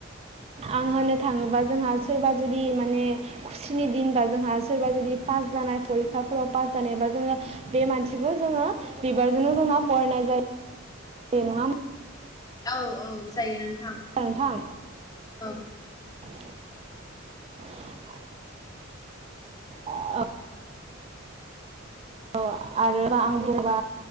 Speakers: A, on the right; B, on the left.
A: आं होननो थाङोबा जोंहा सोरबा जुदि माने खुसिनि दिनबा जोंहा सोरबा जुदि पास जानाय फरिखाफोराव पास जानायबा जोङो बे मानसिखौ जोङो बिबारजोंनो जों बरायनाय जायो। <unintelligible>
B: औ औ जायो <unintelligible> <unintelligible>
A: नोंथां
B: औ
A: <inaudible> <unintelligible> <unintelligible> जेरै जेरै जों